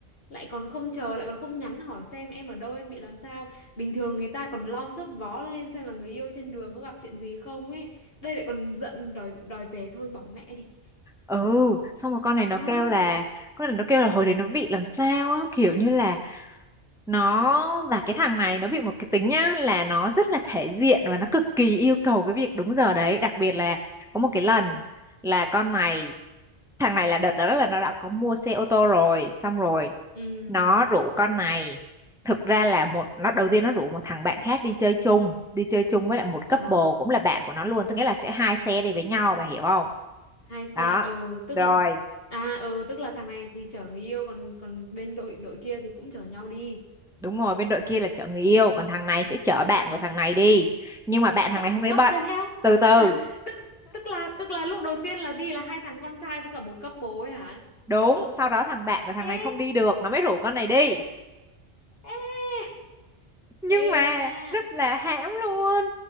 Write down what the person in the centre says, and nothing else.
ừ xong rồi con
này nó
kêu là con này nó kêu là hồi đấy nó bị làm sao á kiểu như là nó và cái thằng này nó bị một cái tính nhá là nó rất là thể diện và nó cực kỳ yêu cầu cái việc đúng giờ đấy đặc biệt là có một cái lần là con này thằng này là đợt đó là nó đã có mua xe ô tô rồi xong rồi
nó rủ con này thực ra là một nó đầu tiên nó rủ một thằng bạn khác đi chơi chung đi chơi chung với lại một couple
cũng là bạn của nó luôn tức nghĩa là sẽ hai xe đi với nhau bà hiểu không
đó
rồi
đúng rồi bên đội kia là chở người yêu còn
thằng này sẽ chở bạn
của thằng này đi nhưng mà bạn thằng
này hôm đấy
bận
từ
từ
đúng sau đó thằng bạn của thằng
này không đi được nó mới rủ con này đi
nhưng
mà
rất là hãm luôn